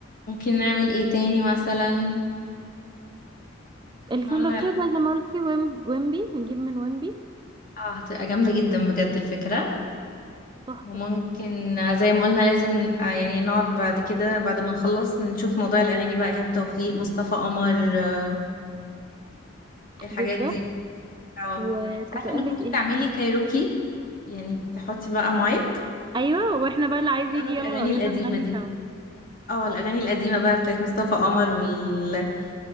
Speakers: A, on the left; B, on the right.
A: نعمل ايه تاني مثلا
B: السندوتشات
A: احنا قلنا ال-
B: بقى زي ما قلتي ويم- ويمبي نجيب من ويمبي
A: اه هتبقى جامدة جدا بجد الفكرة
B: تحفة
A: وممكن آه، زي ما قلنا لازم آه، يعني نقعد بعد كده بعد ما نخلص نشوف موضوع الأغاني بقى إيهاب توفيق مصطفى قمر آه، الحاجات
B: بالظبط
A: دي اه
B: وكنت
A: انت عارفة
B: أقولك
A: انك ممكن
B: إيه
A: تعملي كايروكي يعني تحطي بقى مايك
B: أيوه وإحنا بقى اللي عايز
A: وتغنوا
B: يجي
A: الأغاني
B: يلا يلا
A: القديمة
B: نغني
A: دي
B: سوا
A: اه الأغاني القديمة بقى بتاعت مصطفى قمر وإيهاب